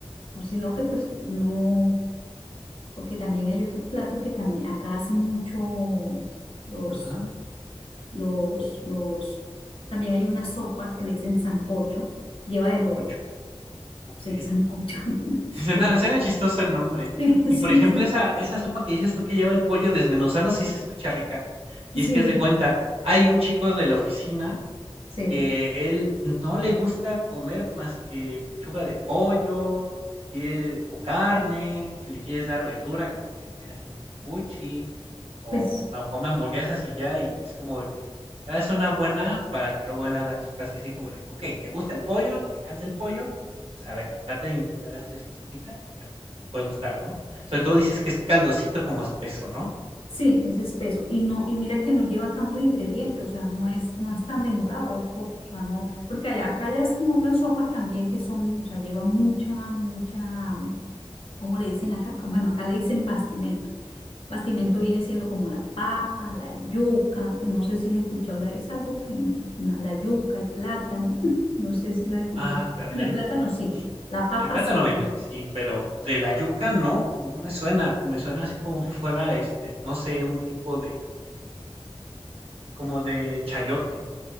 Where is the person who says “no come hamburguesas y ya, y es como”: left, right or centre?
Right